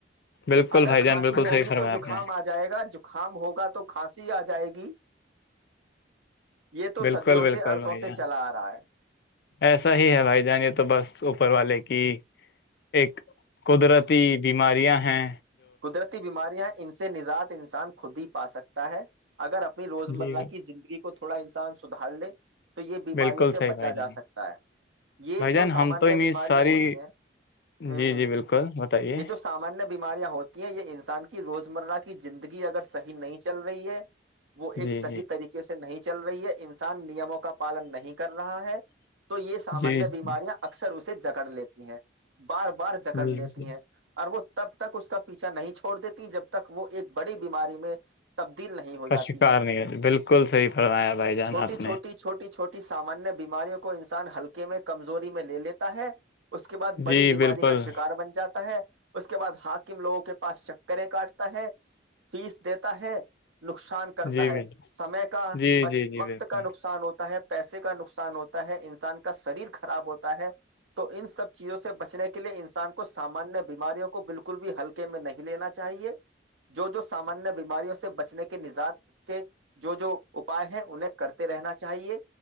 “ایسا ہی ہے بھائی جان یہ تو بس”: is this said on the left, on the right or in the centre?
Left